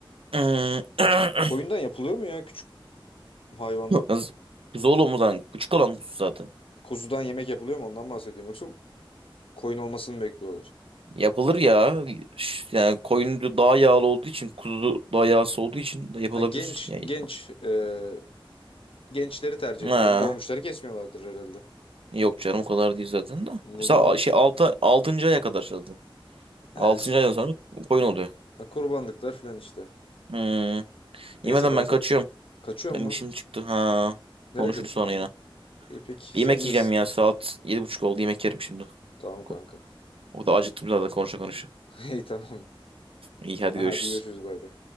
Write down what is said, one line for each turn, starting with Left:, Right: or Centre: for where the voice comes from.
Right: <clears throat>
Left: Koyundan yapılıyor mu ya? hayvandan.
Right: Az- Kuzu oğlum lan. Küçük olan kuzu zaten.
Left: Kuzudan yemek yapılıyor mu ondan bahsediyorum yoksa koyun olmasını mı bekliyorlar?
Right: Yapılır ya. Ş- Yani koyun da daha yağlı olduğu için kuzu daha yağsız olduğu için de yapılabilir.
Left: Ha, genç
Right: Yani.
Left: genç e, gençleri tercih
Right: Ha.
Left: ediyor. Yeni doğmuşları kesmiyorlardır herhalde.
Right: Yok canım o kadar değil zaten de.
Left: Ne
Right: İşte
Left: bileyim.
Right: a- şey altı, altıncı aya kadar zaten.
Left: Ha,
Right: Altıncı
Left: işte,
Right: aydan sonra koyun oluyor.
Left: ha, kurbanlıklar falan işte.
Right: Hmm.
Left: Neyse
Right: Yemeden
Left: kanka.
Right: ben kaçıyorum.
Left: Kaçıyor
Right: Benim
Left: mu?
Right: işim çıktı. Ha.
Left: Nereye
Right: Konuşuruz
Left: kaçıyorsun
Right: sonra yine.
Left: ya? İyi peki
Right: Bir yemek
Left: sen bilirsin.
Right: yiyeceğim ya. Saat yedi buçuk oldu. Yemek yerim şimdi.
Left: Tamam kanka.
Right: Ko- O da acıktım zaten konuşa konuşa.
Left: <laughs> İyi tamam.
Right: İyi hadi
Left: Hadi
Right: görüşürüz.
Left: görüşürüz bay bay.